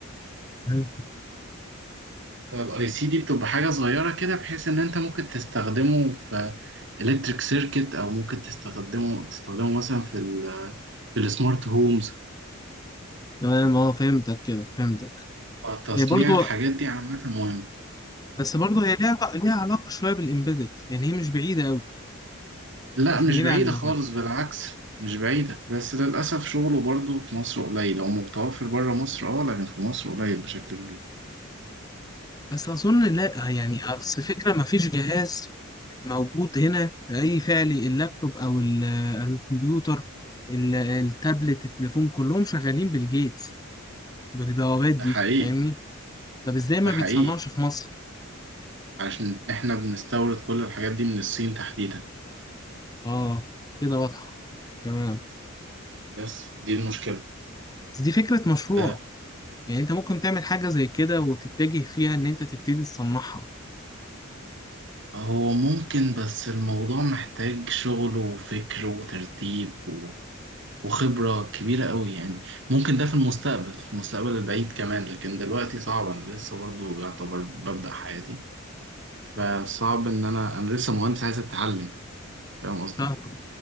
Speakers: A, on the left; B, on the right.
A: حلو.
B: فالاي سي دي بتبقى حاجه صغيره كده بحيث ان انت ممكن تستخدمه في الكتريك سيركت او ممكن تستخدمه تستخدمه مثلا في ال في السمارت هومز
A: تمام اه فهمتك كده فهمتك
B: تصنيع
A: هي برضو
B: الحاجات دي عامه مهم
A: بس برضو هي ليها ليها علاقة شوية بالإمبيدد يعني هي مش بعيدة أوي
B: لا
A: مش
B: مش
A: بعيدة
B: بعيده
A: عن المجال
B: خالص بالعكس مش بعيده بس للاسف شغله برضو في مصر قليل او متوفر بره مصر اه لكن في مصر قليل بشكل كبير
A: بس أظن لا يعني أصل الفكرة مفيش جهاز موجود هنا أي فعلي اللابتوب أو ال- الكمبيوتر ال- التابلت التليفون كلهم شغالين بالجيتس بالبوابات دي
B: ده حقيقي
A: فاهمني طب إزاي ما
B: ده حقيقي
A: بيتصنعش في مصر
B: علشان احنا بنستورد كل الحاجات دي من الصين تحديدا
A: اه كده واضحة تمام
B: بس دي المشكله
A: بس دي فكرة مشروع
B: آه،
A: يعني انت ممكن تعمل حاجة زي كده وتتجه فيها ان انت تبتدي تصنعها
B: هو ممكن بس الموضوع محتاج شغل وفكر وترتيب و... وخبرة كبيرة قوي يعني ممكن ده في المستقبل في المستقبل البعيد كمان لكن دلوقتي صعب أنا لسه برضو يعتبر ببدأ حياتي فصعب إن أنا أنا لسه مهندس عايز أتعلم فاهم قصدي؟
A: فاهم؟